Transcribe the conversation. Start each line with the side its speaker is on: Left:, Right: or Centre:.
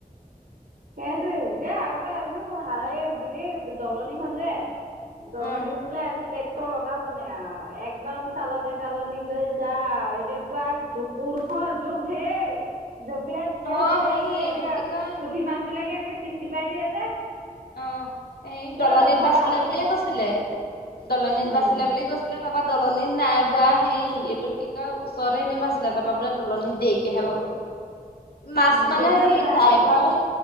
Right: সেইটোৱে। আগতে আমিও এই এই দলনিখন যে, দলনিত
Left: উম
Right: বোলে আজি ট্ৰেক্টৰ লগাব নে আৰু একদম চালনী তালনি লৈ যা। এনেকুৱা জোকো নহয় জোক ঢেৰ। জঁপিয়াই জঁপিয়াই
Left: অ
Right: জপিয়াই
Left: সেই
Right: জপিয়াই
Left: এইটো
Right: এনেকে।
Left: কি কয়
Right: বিলাকে এনেকে টিপ টিপাই দিয়ে যে,।
Left: অ, এই
Right: দ
Left: দলনিত
Right: ধৰা
Left: বাচিলে
Right: আৰু
Left: বুলিয়ে
Right: থপ
Left: কৈছিলে।
Right: মাৰি
Left: দলনিত
Right: উম,
Left: বাচিলে বুলি কৈছিলে। তাৰপা দলনিত নাই বোৱা হেই এইটো কি কয় ওচৰতে সেনে বাচছিলে তাৰ পৰাা বোলে দলনিত দেৰিকেহে বাব।
Right: <unintelligible>
Left: মাছ
Right: অ'
Left: মানে
Right: ঢেৰ মাছ
Left: সেই
Right: ওলাই
Left: ড্ৰাইভাৰ-
Right: আগতে